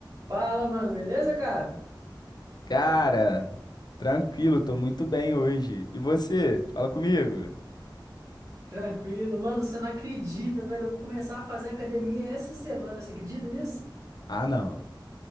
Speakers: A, on the right; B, on the left.
A: Fala, mano, beleza, cara?
B: Cara, tranquilo, tô muito bem hoje. E você? Fala comigo.
A: Tranquilo, mano, você não acredita, velho. Eu vou começar a fazer academia essa semana, você acredita nisso?
B: Ah, não.